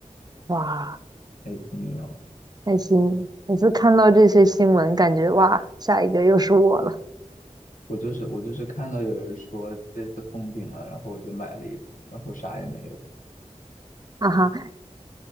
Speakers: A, on the right; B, on the left.
A: 哇，
B: 太幸运了。
A: 开心！每次看到这些新闻，感觉哇，下一个又是我了，
B: 我就是我就是看到有人说这次封顶了，然后我就买了一株，然后啥也没有。
A: 哈哈。